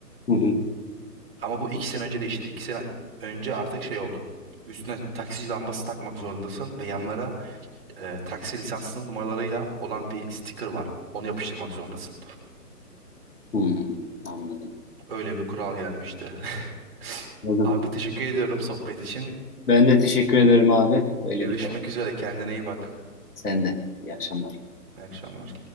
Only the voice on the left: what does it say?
Hı hı.
Hmm, anladım.
Anladım.
Ben de teşekkür ederim abi. Öyle
bir
sen de. İyi akşamlar.